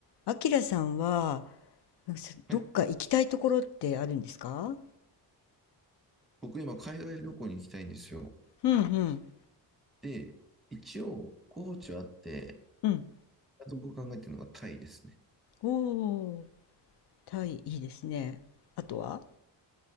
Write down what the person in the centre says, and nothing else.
はい、僕今海外旅行に行きたいんですよ。
で、一応候補地はあって、
あと僕考えてるのがタイですね。